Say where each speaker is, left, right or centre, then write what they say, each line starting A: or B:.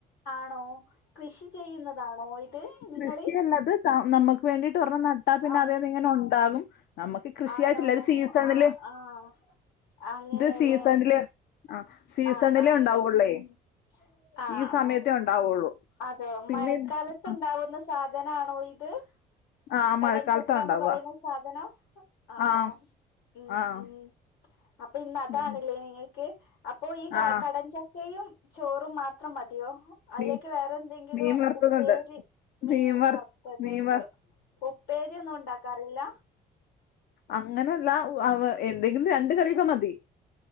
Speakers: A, on the left (about 85°); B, on the left (about 70°).
A: ആണോ? കൃഷി ചെയ്യുന്നതാണോ ഇത്? നിങ്ങള്
B: കൃഷിയല്ല ഇത്. നമ്മുക്ക് വേണ്ടിട്ട് ഒരെണ്ണം നട്ടാ പിന്നെ
A: ആഹ്
B: അതേന്ന് ഇങ്ങനെ ഉണ്ടാകും. നമ്മുക്ക് കൃഷിയായിട്ടില്ല.
A: ആണോ
B: ഇത് സീസണില്,
A: ആഹ് ആഹ് അങ്ങനെല്ലേ
B: ഇത് സീസണില് ആ സീസണിലേ
A: ആഹ് ആഹ്
B: ഉണ്ടാവുള്ളേ.
A: ഉം ആണോ
B: ഈ സമയത്തേ ഉണ്ടാവുള്ളൂ.
A: അതോ
B: പിന്നെ
A: മഴക്കാലത്ത്
B: ഇത്- ആ
A: ഉണ്ടാവുന്ന സാധന ആണോ ഇത്
B: ആ,
A: കടചക്കന്ന്
B: മഴക്കാലത്താ ഉണ്ടാവുക
A: പറയുന്ന സാധനം. ആണോ
B: ആഹ്
A: ഉം.
B: ആഹ്
A: ഉം. അപ്പൊ ഇന്ന് അതാണല്ലേ
B: ഉം
A: നിങ്ങൾ ക്ക്. അപ്പൊ ഈ
B: ആഹ്
A: കടചക്കയും ചോറും മാത്രം മതിയോ. അതിലേക്ക്
B: മീൻ
A: വേറെ എന്തെങ്കിലും
B: മീൻ വറുത്തതുണ്ട്
A: ഉപ്പേരി മീൻ
B: വർ
A: വറത്തത്ണ്ട്.
B: മീൻ വർ
A: ഉപ്പേരി ഒന്നും ഉണ്ടാക്കാറില്ല
B: അങ്ങനെയല്ല അവ എന്തെങ്കിലും രണ്ട് കറിയൊക്കെ മതി